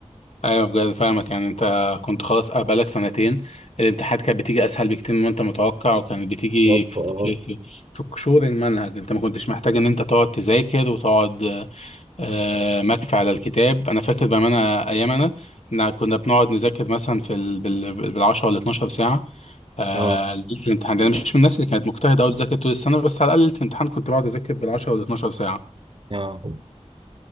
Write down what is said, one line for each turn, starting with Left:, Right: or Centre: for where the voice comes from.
Left: ايوه بجد فاهمك يعني انت كنت خلاص آه، بقالك سنتين الامتحانات كانت بتيجي اسهل بكتير مما انت متوقع وكانت بتيجي
Right: بالظبط
Left: في
Right: اه
Left: في في, في قشور المنهج انت ما كنتش محتاج ان انت تقعد تذاكر وتقعد آه، آه، مكفي على الكتاب انا فاكر بامانه ايام انا إن كنا بنقعد نذاكر مثلا في ال... بال... بال 10 ولا 12 ساعه آه
Right: اه
Left: ليله الامتحان ده انا مش من الناس اللي كانت مجتهده قوي تذاكر طول السنه بس على الاقل ليله الامتحان كنت بقعد اذاكر بال 10 ولا 12 ساعه
Right: اه